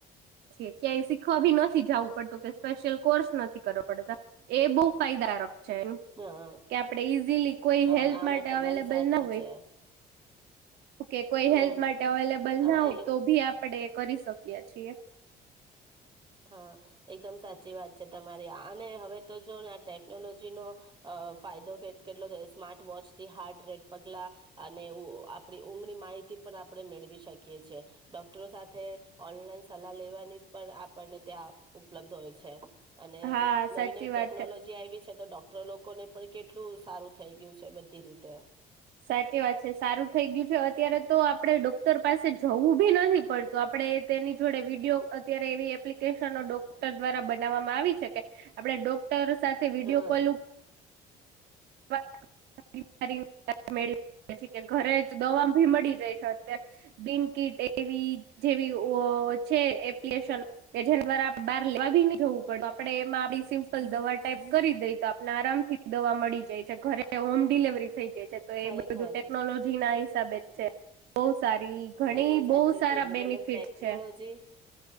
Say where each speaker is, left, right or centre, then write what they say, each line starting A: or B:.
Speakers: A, on the right (about 80°); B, on the right (about 25°).
A: છે ક્યાંય શીખવા ભી નથી જવું પડતું કે સ્પેશિયલ કોર્સ નથી કરવો પડ તા એ બહુ ફાયદાારક છે
B: હા
A: કે આપણેે ઈઝીલી કોઈ
B: હા
A: હેલ્પ
B: આ
A: માટે
B: વાત તમારી
A: અવેલેબલ
B: સાચી
A: ના હોય
B: છે
A: ઓકે કોઈ
B: હમ
A: હેલ્પ માટે અવેલેબલ
B: હા
A: ના હોય
B: એ
A: તો ભી આપડે કરી શકીએ છે એ.
B: હા એકદમ સાચી વાત છે તમારી આ અને હવે તો જો ને આ ટેકનોલોજીનો અ ફાયદો કેટલો થ સ્માર્ટ વોચથી હાર્ડ રેટ પગલાં અને આપણી ઊંઘની માહિતી પણ આપણે મેળવી શકીએ છેીએ ડોક્ટરો સાથે ઓનલાઈન સલાહ લેવાની પણ આપણને ત્યાં ઉપલબ્ધ હોય છે. અને
A: હા
B: નવી
A: સાચી
B: નવી ટેકનોલોજી
A: વાત છે
B: આયવી છે તો ડોક લોકોને પણ કેટલું સારું થઈ ગયું છે બધી રીતે.
A: સાચી વાત છે સારું થઈ ગયું છે અત્યારે તો આપડે ડોક્ટર પાસે જવું બી નથી પડતું આપડે તેની જોડે વિડીયો અત્યારે એવી એપ્લિકેશનો ડોક્ટર દ્વારા બનાવવામાં આવી છે. આપડે ડો ક્ટર સાથે વિડિયો
B: હા
A: કોલ <unintelligible> <unintelligible> ઘરે જ દવા ભી મળી જાય. બિનકિટ એવી જેવીઓ ઓ છે એપ્લિકેશન જર દ્વારા બાર લેવા ભી ન જવું પડ આપડે એમાં આપડી સિમ્સ લ દવા ટાઈપ કરી દઈ તો આપણે આરામથી દવા મળી જાય છે ઘરે હોમ ડિલવરી થઈ જાય છે તો
B: ખરેખર
A: એ બધું ટેકનોલોજી ના તા બેચ છેે બઉ સારી ઘણી
B: એકદમ
A: બહુ
B: સાચું
A: સારા
B: કીધું
A: બેનિફિટ
B: મતલબ ટેકનોલોજી
A: છે.